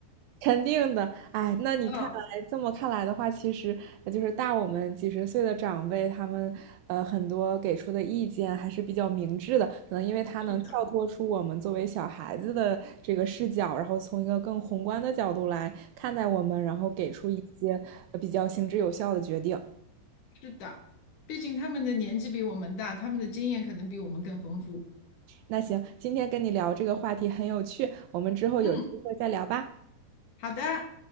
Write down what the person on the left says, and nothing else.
嗯，
是的，
是的，毕竟他们的年纪比我们大，他们的经验可能比我们更丰富。
嗯。好的。